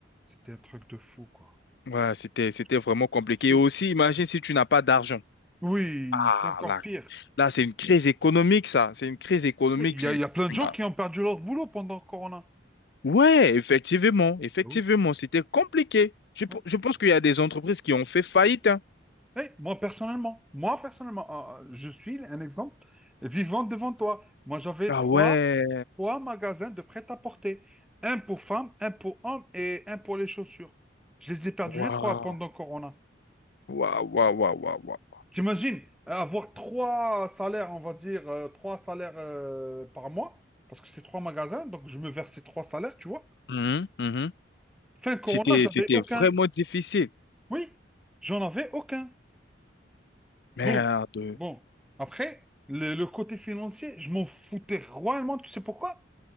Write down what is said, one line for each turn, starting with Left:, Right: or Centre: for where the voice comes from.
Centre: c'était un truc de fou, quoi.
Left: Ouais, c'était, c'était
Centre: Je pense-
Left: vraiment compliqué.
Centre: c'était-
Left: Et aussi, imagine si tu n'as pas d'argent.
Centre: Oui,
Left: Ah,
Centre: c'est encore
Left: là,
Centre: pire.
Left: là, c'est une crise économique, ça. C'est une crise économique.
Centre: Mais il y
Left: Tu,
Centre: a, il y a plein de
Left: tu
Centre: gens
Left: n'as-
Centre: qui ont perdu leur boulot pendant le Corona.
Left: Ouais, effectivement, effectivement,
Centre: Ah Oui.
Left: c'était compliqué. Je, pe-
Centre: oui.
Left: je pense qu'il y a des entreprises qui ont fait faillite. hein.
Centre: Eh, moi, personnellement, moi, personnellement, ah, ah, je suis un exemple vivant devant toi. Moi, j'avais
Left: Ah
Centre: trois,
Left: ouais,
Centre: trois magasins de prêt-à-porter. Un pour femmes, un pour hommes et un pour les chaussures. Je les ai perdus
Left: waouh,
Centre: les trois pendant le Corona.
Left: waouh, waouh, waouh, waouh. waouh.
Centre: J'imagine euh, avoir trois salaires, on va dire, euh, trois salaires euh, par mois, parce que c'est trois magasins, donc je me versais trois salaires, tu vois.
Left: Mhm, mhm.
Centre: Fin Corona,
Left: C'était,
Centre: j'avais
Left: c'était
Centre: aucun.
Left: vraiment difficile.
Centre: Oui, j'en avais aucun.
Left: Merde.
Centre: Bon, bon. Après, le, le côté financier, je m'en foutais royalement, tu sais pourquoi?